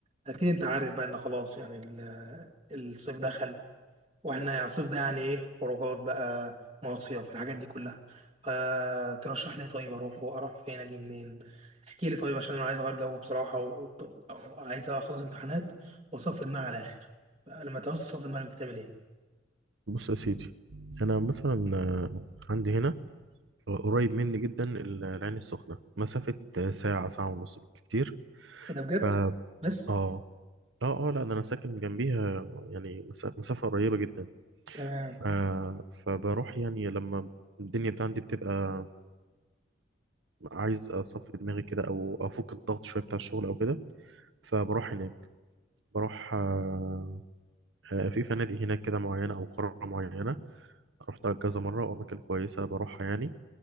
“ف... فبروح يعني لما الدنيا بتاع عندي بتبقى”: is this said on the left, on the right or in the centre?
Right